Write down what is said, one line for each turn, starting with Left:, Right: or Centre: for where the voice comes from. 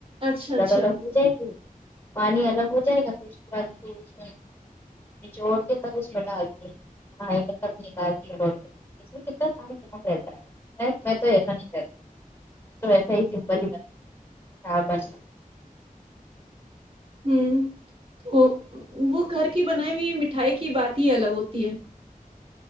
Right: اچھا
Left: الگ
Right: اچھا
Left: الگ ہو جائے گی پانی الگ ہو جائے گا تو اس کے بعد پھر اس میں نچوڑ کے تب اسمے ڈالتے ہے <unintelligible> <unintelligible> میں تو ایسا نہیں کرتی میں تو ایسا ہی سمپل ہی <unintelligible>
Right: ہوں وہ وہ گھر کی بنائی ہوئی مٹھائی کی بات ہی الگ ہوتی ہے